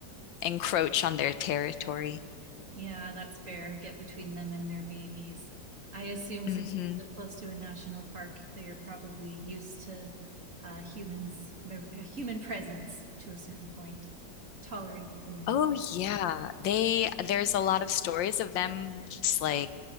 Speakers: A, on the left; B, on the right.
A: encroach on their territory.
B: Yeah, that's fair. Get between them and their babies. I assume
A: hmm
B: since you live close to a national park, they are probably used to uh, humans, their uh, human presence to a certain point, tolerant of humans.
A: Oh yeah. They, there's a lot of stories of them just like